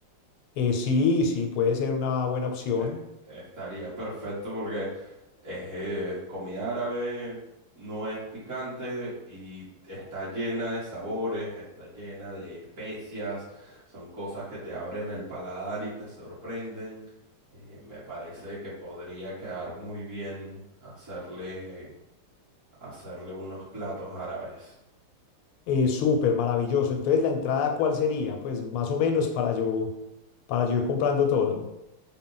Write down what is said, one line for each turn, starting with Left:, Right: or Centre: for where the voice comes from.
Left: Eh, sí, sí, puede ser una buena opción.
Right: Eh, Estaría perfecto porque es eh, comida árabe, no es picante y está llena de sabores, está llena de especias, son cosas que te abren el paladar y te sorprenden. Eh, me parece que podría quedar muy bien hacerle, hacerle unos platos árabes.
Left: Eh, súper maravilloso. Entonces, ¿la entrada cuál sería? Pues más o menos para yo, para yo ir comprando todo.